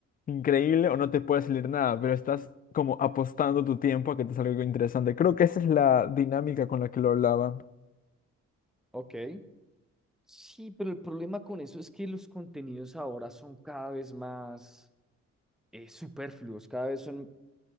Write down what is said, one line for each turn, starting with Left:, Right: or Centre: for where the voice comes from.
Left: increíble o no te puede salir nada, pero estás como apostando tu tiempo a que te salga algo interesante. Creo que esa es la dinámica con la que lo hablaba.
Centre: Ok. Sí, pero el problema con eso es que los contenidos ahora son cada vez más eh, superfluos, cada vez son